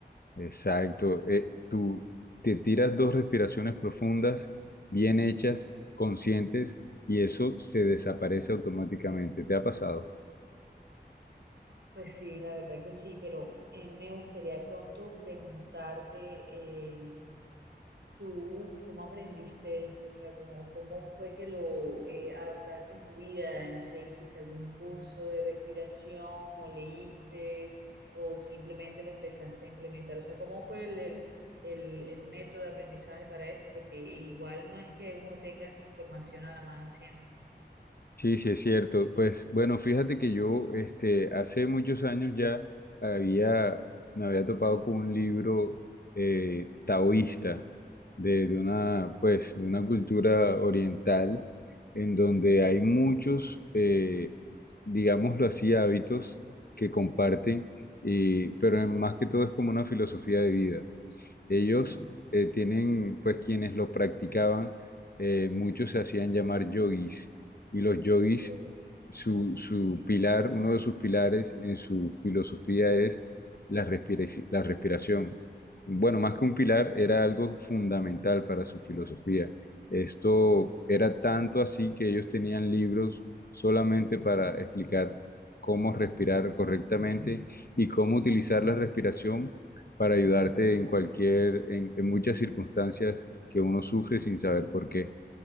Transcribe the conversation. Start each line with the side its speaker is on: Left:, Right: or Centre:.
Left: exacto, eh, tú te tiras dos respiraciones profundas, bien hechas, conscientes, y eso se desaparece automáticamente. ¿Te ha pasado?
Right: Pues sí, la verdad que sí, pero eh, me gustaría de pronto preguntarte eh, ¿Tú cómo aprendiste esto? O sea, ¿cómo, cómo fue que lo eh, adaptaste en tu vida? No sé, ¿hiciste algún curso de respiración o leíste o simplemente lo empezaste a implementar? O sea, ¿cómo fue el, el, el- el método de aprendizaje para esto? Porque igual no es que uno tenga esa información a la mano siempre.
Left: Sí, sí, es cierto. Pues bueno, fíjate que yo este, hace muchos años ya había, me había topado con un libro eh, taoísta de, de una, pues, de una cultura oriental en donde hay muchos, eh, digámoslo así, hábitos que comparten, y, pero en- más que todo es como una filosofía de vida. Ellos
Right: Ujú.
Left: eh, tienen, pues quienes lo practicaban, eh, muchos se hacían llamar yogis y los yogis,
Right: Yo
Left: su, su pilar, uno de sus pilares en su filosofía es la respiraci- la respiración. Bueno, más que un pilar, era algo fundamental para su filosofía. Esto era tanto así que ellos tenían libros solamente para explicar cómo respirar correctamente y cómo utilizar la respiración para ayudarte en cualquier, en, en muchas circunstancias que uno sufre sin saber por qué.